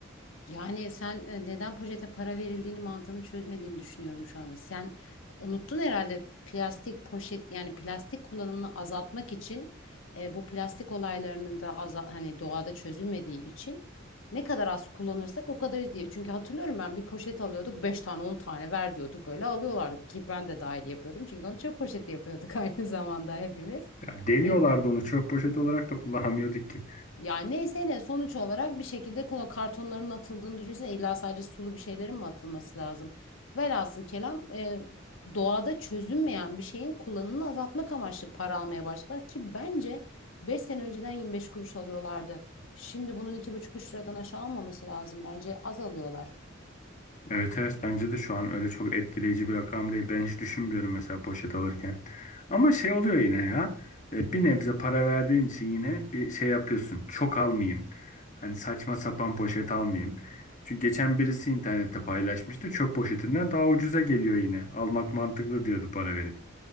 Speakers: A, on the left; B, on the left.
A: Yani sen e, neden projete para verildiğini mantığını çözmediğini düşünüyorum şu anda. Sen unuttun herhalde plastik poşet yani plastik kullanımını azaltmak için e, bu plastik olaylarının da aza- hani doğada çözülmediği için ne kadar az kullanırsak o kadar iyi diye. Çünkü hatırlıyorum ben bir poşet alıyorduk 5 tane 10 tane ver diyorduk böyle alıyorlardı ki ben de dahil yapıyordum. Çünkü onu çöp poşeti yapıyorduk <laughs> aynı zamanda hepimiz.
B: Ya deliyorlardı
A: E,
B: onu. Çöp poşeti olarak da kullanamıyorduk ki.
A: ya neyse ne sonuç olarak bir şekilde kola kartonların atıldığını düşünsene illa sadece sulu bir şeylerin mi atılması lazım? Velhasıl kelam e, doğada çözünmeyen bir şeyin kullanımını azaltmak amaçlı para almaya başlar ki bence 5 sene önceden 25 kuruş alıyorlardı. Şimdi bunun iki buçuk üç liradan aşağı almaması lazım bence az alıyorlar.
B: Evet evet bence de şu an öyle çok etkileyici bir rakam değil. Ben hiç düşünmüyorum mesela poşet alırken. Ama şey oluyor yine ya. e, Bir nebze para verdiğin için yine bir şey yapıyorsun. Çok almayayım. Hani saçma sapan poşet almayayım. Çünkü geçen birisi internette paylaşmıştı. Çöp poşetinden daha ucuza geliyor yine. Almak mantıklı diyordu para verip.